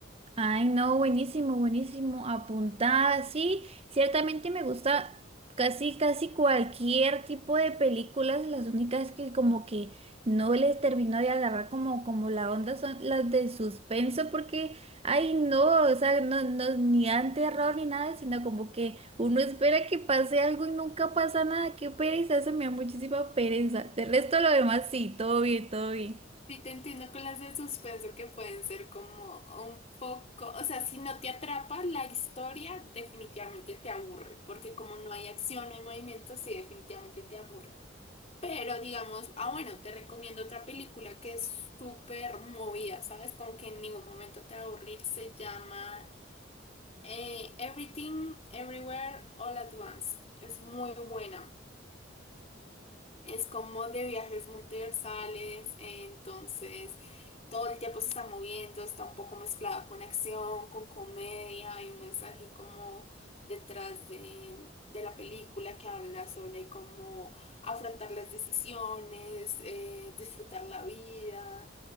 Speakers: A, on the right (about 30°); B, on the left (about 35°).
A: Ay, no, buenísimo, buenísimo. Apuntada, sí, ciertamente me gusta casi, casi cualquier tipo de películas. Las únicas que como que no les termino de agarrar como, como la onda son las de suspenso, porque, ay, no, o sea, no, no, ni dan terror ni nada, sino como que uno espera que pase algo y nunca pasa nada. Qué pereza, eso me da muchísima pereza. De resto, lo demás, sí, todo bien, todo bien.
B: Sí, te entiendo con las de suspenso que pueden ser como un poco, o sea, si no te atrapa la historia, definitivamente te aburre, porque como no hay acción, no hay movimiento, sí, definitivamente te aburre. Pero digamos, ah, bueno, te recomiendo otra película que es súper movida, ¿sabes? Como que en ningún momento te va a aburrir. Se llama eh, Everything, Everywhere, All at Once. Es muy buena. Es como de viajes multiversales, entonces todo el tiempo se está moviendo, está un poco mezclado con acción, con comedia, hay un mensaje como detrás de, de la película que habla sobre cómo afrontar las decisiones, eh, disfrutar la vida,